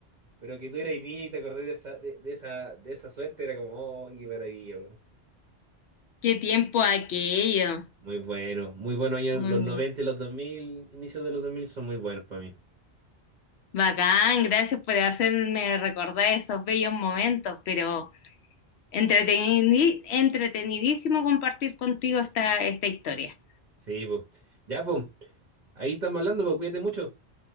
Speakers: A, on the right; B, on the left.
A: Pero que tú eras niño y te acordás de esa, de, de esa, de esa suerte, era como, oh, qué maravilla,
B: qué tiempo aquello.
A: Muy bueno, muy buenos años,
B: Muy
A: los
B: bueno.
A: 90 y los dos mil inicios de los dos mil son muy buenos para mí.
B: Bacán, gracias por hacerme recordar esos bellos momentos, pero entreteni- entretenidísimo compartir contigo esta, esta historia.
A: Sí, pues. Ya, pues, ahí estamos hablando, pues, cuídate mucho.